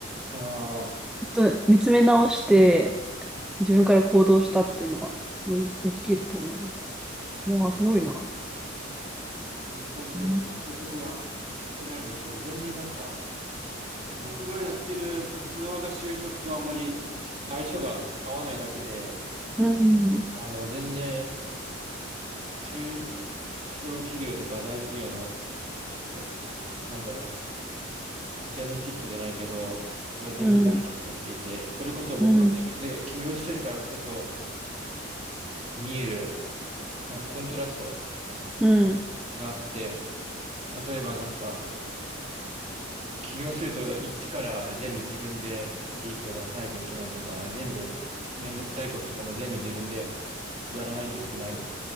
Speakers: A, on the right (about 35°); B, in the centre.
A: あ
B: ちょっと見つめ直して、自分から行動したっていうのは、すごい大きいと思います。わあ、すごいな。
A: っていう感じで、
B: うん、
A: なんか就職はしてないんですけど、全然なんか、僕がやってる活動が就職とあんまり相性が合わないだけで、
B: うん、
A: あの、全然中小企業とか大企業の、と、なんだろう、ベネフィットじゃないけど、は全然あるなと思っていて、
B: うん、
A: それこそ僕は自分で起業してるからこそ
B: うん、
A: 見える、なんかコントラスト
B: うん、
A: があって、例えばなんか、起業すると一から全部自分で利益を出さないといけないとか、全部めんどくさいこととかも全部自分でやらないといけない。